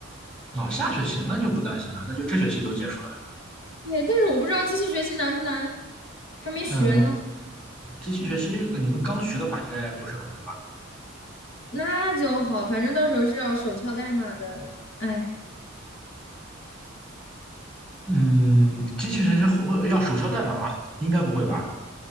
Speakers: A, in the centre; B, on the left.
A: 哦，下学期那就不担心了，那就这学期都结束了。
B: 对，但是我不知道机器学习难不难，还没学呢。
A: 嗯，继续学期你们刚学的话应该不是很难。
B: 那就好，反正到时候是要手敲代码的。哎，
A: 嗯，机器学习会要手敲代码吗？应该不会吧？